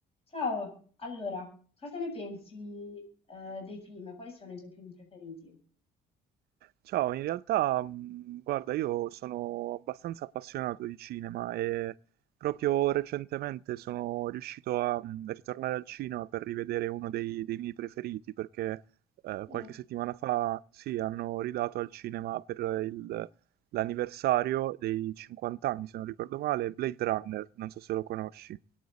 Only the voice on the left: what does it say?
Ciao, allora, cosa ne pensi, eh, dei film? Quali sono i tuoi film preferiti?
Sì.